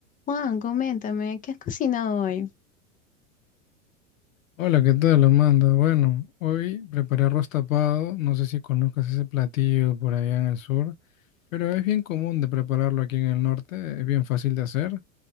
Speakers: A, on the left; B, on the left.
A: Juan, coméntame, ¿qué has cocinado hoy?
B: Hola, ¿qué tal, Amanda? Bueno, hoy preparé arroz tapado. No sé si conozcas ese platillo por allá en el sur, pero es bien común de prepararlo aquí en el norte. Es bien fácil de hacer.